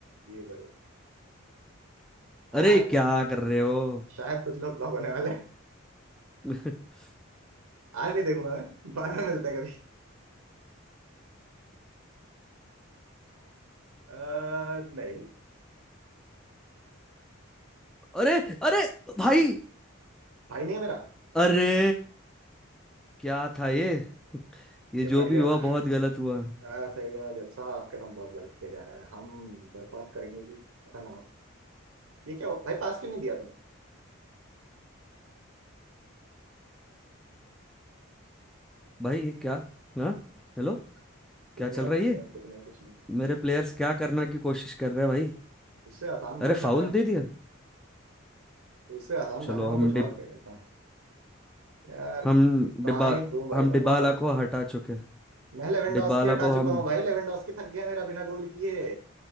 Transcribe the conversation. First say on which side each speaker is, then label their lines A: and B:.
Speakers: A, on the right (about 80°); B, in the centre.
A: दियो करो
B: अरे
A: आज
B: क्या कर रहे हो
A: शायद कुछ लोग ब्लॉक होने वाले हैं
B: <laughs>
A: आज नहीं देखूंगा मैं बाद में मिलते हैं कभी अह, नहीं
B: अरे अरे भाई
A: भाई नहीं है मेरा
B: अरे क्या था ये <laughs> ये
A: ये
B: जो
A: बढ़िया
B: भी हुआ
A: था
B: बहुत गलत हुआ
A: अह, सही है मैं जब साहब आपके साथ बहुत गलत किया जा रहा है हम बर्खास्त करेंगे कि ऐसा ना हो ये क्या हुआ? भाई पास क्यों नहीं दिया तुमने
B: भाई ये क्या हाँ हेलो
A: कुछ
B: क्या
A: नहीं
B: चल
A: हुआ
B: रहा
A: कुछ
B: है ये
A: नहीं हुआ कुछ नहीं हुआ कुछ नहीं
B: मेरे प्लेयर्स क्या करना की कोशिश कर रहे हैं भाई
A: उससे आसान भाषा
B: अरे फाउल
A: में
B: दे दिया
A: उससे आसान भाषा
B: चलो
A: में
B: हम
A: कुछ
B: डिब
A: और कह देते हैं यार
B: हम
A: कहाँ
B: डिब्बा
A: ही दूं भाई
B: हम
A: मैं
B: डिबाला
A: बॉल
B: को हटा चुके हैं।
A: मैं लेवेंडोस्की
B: डिबाला
A: हटा
B: को
A: चुका
B: हम
A: हूँ भाई लेवेंडोस्की थक गया मेरा बिना गोल किए